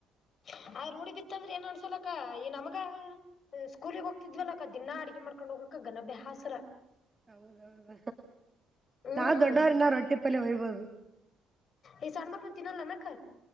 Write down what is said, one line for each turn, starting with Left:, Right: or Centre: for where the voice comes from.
Left: ಹ ಆ ರೂಡಿಿ ಬಿತ್ತ ಅಂದ್ರೆ ಏನ್ ಅನ್ಸಲಕ್ಕ ಈ ನಮಗ ಸ್ಕೂಲಿಗೆ ಹೋಗ್ತಿದ್ವ ಅಕ್ಕ ದಿನಾ ಅಡಗೆ ಮಾಡ್ಕೊಂಡ್ ಹೋಗ ಗಘಭೆಹಾಸರ
Right: ಹೌದೌದ
Left: ಹ್ಮ್
Right: ನಾವು ದೊಡ್ಡವರಿನ ರೊಟ್ಟಿ ಪಲ್ಲೆ ಓಯ್ಬೋದು.
Left: ಈ ಸಣ್ಣ್ಮಕ್ಳು ತಿನ್ನಲ್ಲ ಅನ್ನಕ್ಕ?